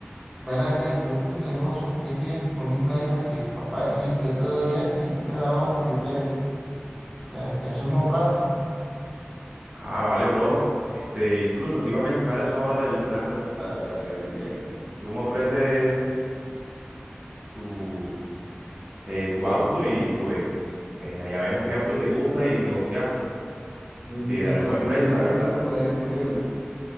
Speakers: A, in the centre; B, on the right.
A: Ven acá, y tú en tu negocio, ¿qué tienes disponible ahí para que para decir yo te doy este y tú me das otro, yo te, te, te sumo plata?
B: Ah, vale, bro. Este, incluso te iba a mencionar eso ahora del plan retoma.
A: La verdad que así que.
B: Tú me ofreces tu, eh, tu auto y pues eh, allá vemos qué auto te gusta y negociamos.
A: Mm,
B: Y Te daré
A: Pero
B: un buen
A: ¿qué
B: precio,
A: tienes,
B: la verdad.
A: qué tienes por ahí disponible?